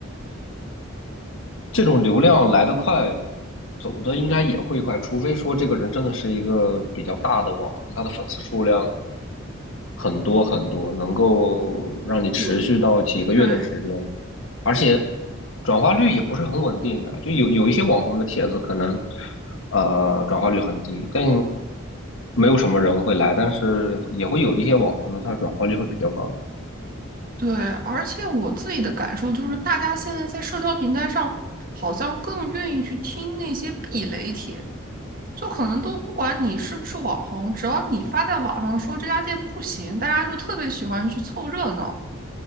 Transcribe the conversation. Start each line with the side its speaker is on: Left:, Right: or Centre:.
Left: 这种流量来得快，走的应该也会快，除非说这个人真的是一个比较大的网红，他的粉丝数量。很多很多，能够让你持续到几个月的时间，
Right: 有，对
Left: 而且转化率也不是很稳定的，就有有一些网红的帖子可能呃转化率很低，但没有什么人会来，但是也会有一些网红的，他的转化率会比较高。
Right: 对，而且我自己的感受就是，大家现在在社交平台上好像更愿意去听那些避雷帖，就可能都不管你是不是网红，只要你发在网上说这家店不行，大家就特别喜欢去凑热闹，